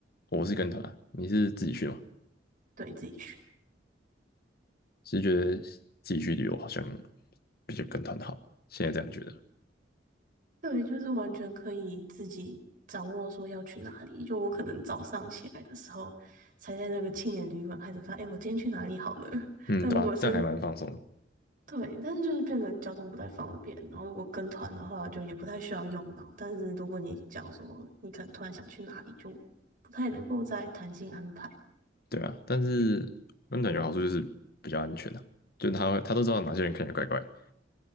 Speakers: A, on the left; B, on the right.
A: 我是跟团啊，你是自己去吗？
B: 对，自己去。
A: 只是觉得自己去旅游好像比较跟团好，现在这样觉得。
B: 对，就是完全可以自己掌握说要去哪里。就我可能早上起来的时候，才在那个青年旅馆开始发，哎，我今天去哪里好呢？<laughs>
A: 嗯，
B: 但如果是
A: 对吧？这样还蛮放松的，
B: 对，但是就是变成交通不太方便，然后如果跟团的话，就也不太需要用脑。但是如果你假如说你可能突然想去哪里，就不太能够在弹性安排。
A: 对啊。但是跟团有好处就是比较安全啊，就他会他都知道哪些人看起来怪怪，